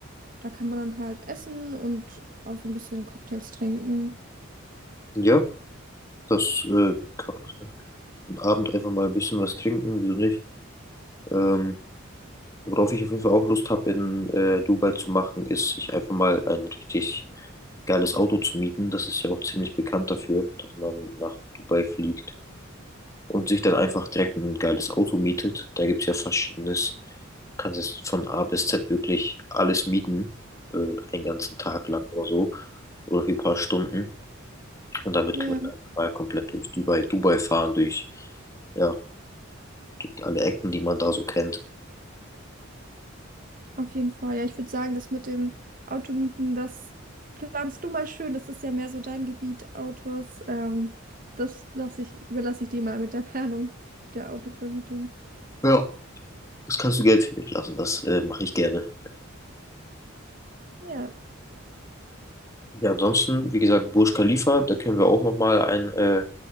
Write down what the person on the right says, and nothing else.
Da kann man dann halt essen und auch so ein bisschen Cocktails trinken.
Ja.
Auf jeden Fall. Ja, ich würde sagen, das mit dem Automieten, das planst du mal schön. Das ist ja mehr so dein Gebiet, Autos. Ähm, das lasse ich, überlasse ich dir mal mit der Planung der Autovermietung.
Ja.